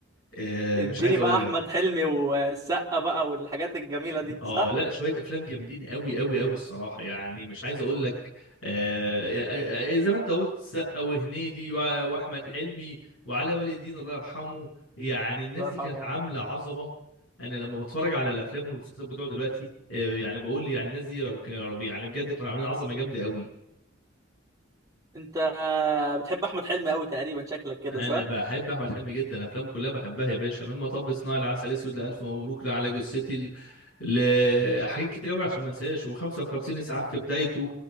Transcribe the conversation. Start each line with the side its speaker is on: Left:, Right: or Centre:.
Left: آه
Right: اديني
Left: مش عايز اقول
Right: بقى احمد
Left: لك
Right: حلمي والسقا بقى والحاجات الجميله دي
Left: اه
Right: صح
Left: لا شويه افلام جامدين قوي قوي قوي الصراحه يعني مش عايز اقول لك آه آه، آه، زي ما انت قلت السقا وهنيدي وع- واحمد حلمي وعلاء ولي الدين الله يرحمه يعني الناس
Right: الله يرحمه
Left: دي كانت عامله عظمه انا لما بتفرج على الافلام والمسلسلات بتوع دلوقتي آه يعني بقول يعني الناس دي يا ربي يعني بجد كانوا عاملين عظمه جامده قوي
Right: انت آه، بتحب احمد حلمي قوي تقريبا شكلك كده
Left: انا
Right: صح
Left: بحب احمد حلمي جدا افلامه كلها بحبها يا باشا من مطب صناعي لعسل اسود لالف مبروك لعلى جثتي لحاجات كتير قوي عشان ما انساش و55 اسعاف في بدايته